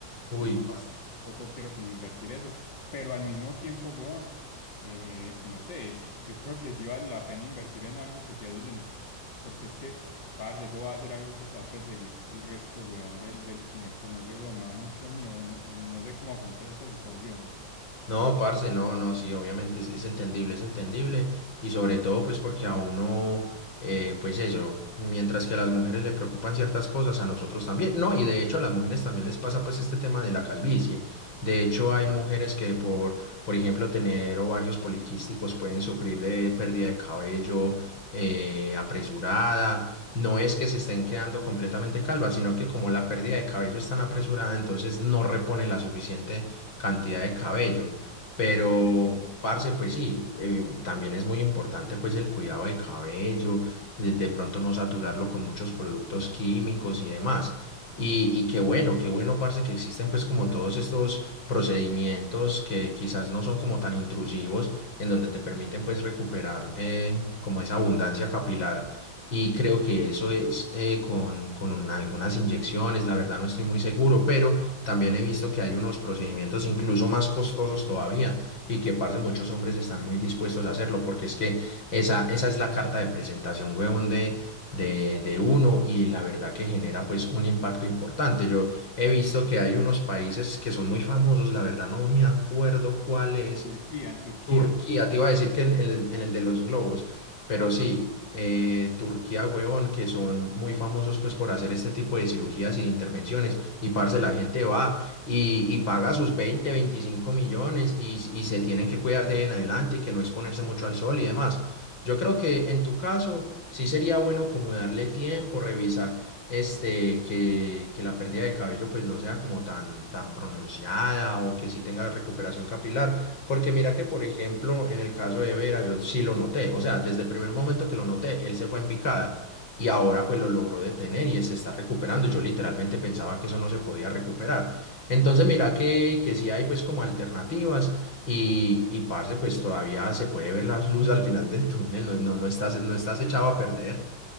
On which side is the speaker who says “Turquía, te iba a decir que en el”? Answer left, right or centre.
Left